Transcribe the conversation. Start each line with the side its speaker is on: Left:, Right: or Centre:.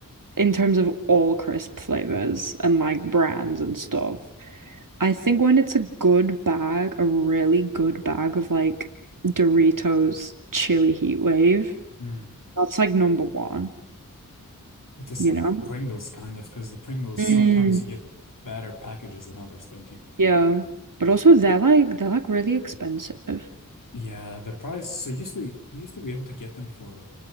Right: in terms of all crisp flavors and like brands and stuff. I think when it's a good bag, a really good bag of like Doritos chili heat wave,
Left: Mm.
Right: that's like number one,
Left: It's the same
Right: you know?
Left: with Pringles, kind of, because the Pringles
Right: Mm,
Left: sometimes you get better packages than others, don't you?
Right: yeah. But
Left: Yeah.
Right: also they're like they're like really expensive.
Left: Yeah, the price. So used to you used to be able to get them for